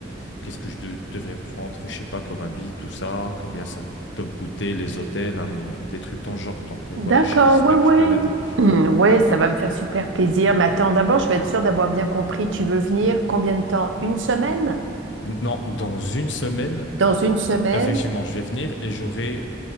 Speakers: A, on the left; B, on the right.
A: qu'est-ce que je de- devrais prendre, je sais pas, comme habit, tout ça, combien ça peut me coûter, les hôtels, hein, des trucs dans le genre. Donc euh,
B: D'accord,
A: voilà, j'espère
B: ouais, ouais.
A: que tu peux m'aider.
B: <clears throat> Hum, Ouais, ça va me faire super plaisir. Mais attends, d'abord, je vais être sûre d'avoir bien compris. Tu veux venir combien de temps? Une semaine?
A: Non, dans une semaine
B: Dans une semaine?
A: Effectivement, je vais venir et j'aurai